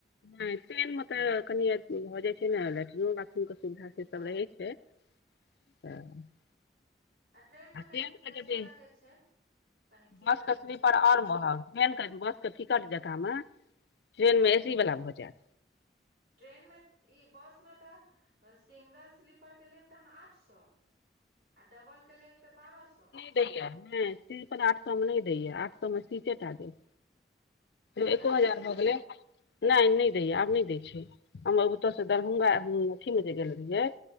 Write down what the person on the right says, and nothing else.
बाथरूम
आ ट्रेन
मे कनि फ्रेशो
लगै छै कनि ठीक
लगै
छै
ट्रेनमे ई बसमे तऽ सिंगल स्लीपरके लेब तऽ अहाँ आठ सए आ डबल के लेब तऽ बारह सए
सिंगल
स्लीपर
देत